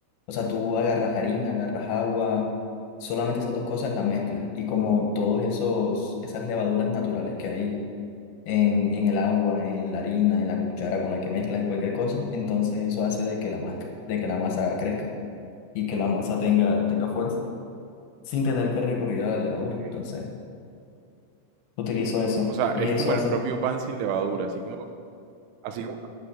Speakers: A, on the left; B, on the right.
A: o sea, tú agarras harina, agarras agua, solamente esas dos cosas las mezclas. Y como todos esos, esas levaduras naturales que hay en, en el agua, en la harina, en la cuchara con la que mezclas, en cualquier cosa, entonces eso hace de que la masa, de que la masa crezca y que la masa tenga, tenga fuerza, sin tener que recurrir a la levadura.
B: Ok.
A: Entonces, utilizo eso.
B: O sea, es
A: Y eso
B: como el
A: hace
B: propio pan sin levadura, así como, así como,